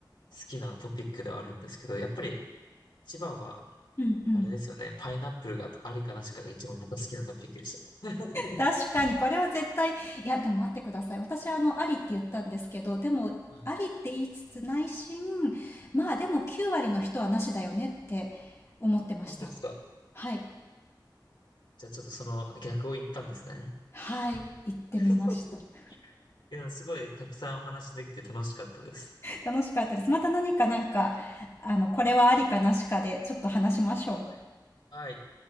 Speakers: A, on the left; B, on the left.
A: きなトピックではあるんですけど、やっぱり一番は
B: うんうん。
A: あれですよね、パイナップルがありかなしかが一番僕は好きなトピックでした。<laughs>
B: 確かに、これは絶対、いや、でも待ってください。私、あの、ありって言ったんですけど、でも、
A: はい。
B: ありって言いつつ内心、まあでも9割の人はなしだよねって思ってました。
A: 本当ですか
B: はい。
A: じゃあちょっとその逆を言ったんですね。
B: はい。行ってみました。
A: <laughs>
B: <laughs>
A: いや、すごいたくさんお話できて楽しかったです。
B: 楽しかったです。また何かなんか、あの、これはありかなしかで、ちょっと話しましょう。
A: はい。はい。